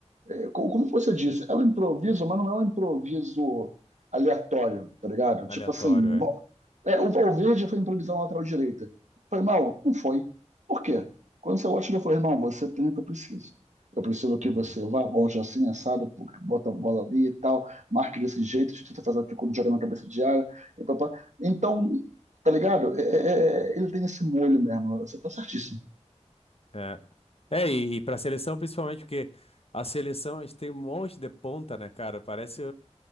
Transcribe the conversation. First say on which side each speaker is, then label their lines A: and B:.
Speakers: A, on the right (about 80°); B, on the left (about 55°).
A: é, co- como você disse, é um improviso, mas não é um improviso aleatório, tá ligado? Tipo
B: Aleatório,
A: assim,
B: é.
A: vo- é, o Valverde foi improvisar na lateral direita. Foi mal? Não foi. Por quê? Quando você olha, ele falou, irmão, você tem o que eu preciso. Eu preciso que
B: Uhum.
A: você vá, volte assim, assado, pô, bota a bola ali e tal, marque desse jeito, tenta fazer aquilo quando joga na cabeça de área. e papá. Então, tá ligado? É- é- é- ele tem esse molho mesmo, você tá certíssimo.
B: É, é e, e para seleção principalmente porque a seleção a gente tem um monte de ponta, né, cara? Parece